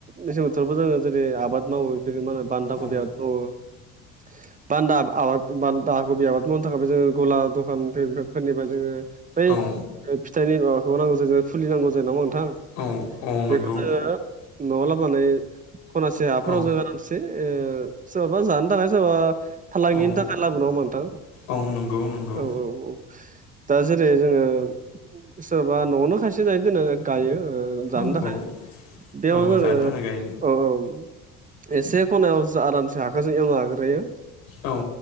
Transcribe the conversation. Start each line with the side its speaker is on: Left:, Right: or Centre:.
Right: मेसें बोथोरावबो जोङो जेरै आबाद मावो जेरै मा होनो बान्दा
Left: औ
Right: कबि आबाद मावो। <inaudible> बान्दा आबाद बान्दा कबि आबाद मावनो थाखायबो जोङो गला दखान फोर फोरनिफ्राय जोङो बै
Left: औ
Right: फिथाइनि माबाखौ नांगौ जायो फुलि नांगौ जायो नङा होमबा नोंथां?
Left: औ औ नंगौ
Right: बेखौ जोङो न'आव लाबानै खनासे हाफोराव
Left: औ
Right: जोङो मोनसे सोरबाबा जानो थाखाय सोरबाबा फालांगिनि
Left: औ
Right: थाखाय लाबो नङा होनबा नोंथां
Left: औ नंगौ नंगौ
Right: औ औ औ। दा जेरै जोङो सोरबा न'आवनो खायसे जायो दोना गायो‌ ओ। जानो
Left: औ
Right: थाखाय
Left: औ
Right: बेयाव
Left: औ
Right: जोङो
Left: जानो थाखाय गायो
Right: औ औ एसे खनायाव जो आरामसे हाखो जों एवना लाग्रोयो।
Left: औ